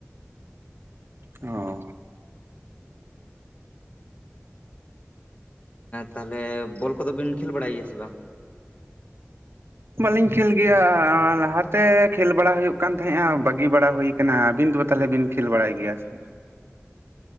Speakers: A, on the right; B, on the left.
A: ᱚ
B: ᱛᱟᱦᱚᱞᱮ ᱵᱚᱞ ᱠᱚᱫᱚ ᱵᱤᱱ ᱠᱷᱮᱞ ᱵᱟᱲᱟᱭ ᱜᱮᱭᱟ ᱥᱮ ᱵᱟᱝ?
A: ᱵᱟᱹᱞᱤᱧ ᱠᱷᱮᱞ ᱜᱮᱭᱟ, ᱞᱟᱦᱟᱛᱮ ᱠᱷᱮᱞ ᱵᱟᱲᱟ ᱦᱩᱭᱩᱜ ᱠᱟᱱ ᱛᱟᱦᱮᱸᱜᱼᱟ ᱵᱟᱹᱜᱤ ᱵᱟᱲᱟ ᱦᱩᱭᱼᱼ ᱠᱟᱱᱟ ᱟᱹᱵᱤᱱ ᱫᱚ ᱛᱟᱦᱚᱞᱮ ᱵᱤᱱ ᱠᱷᱮᱞ ᱵᱟᱲᱟᱭ ᱜᱮᱭᱟ ᱥᱮ?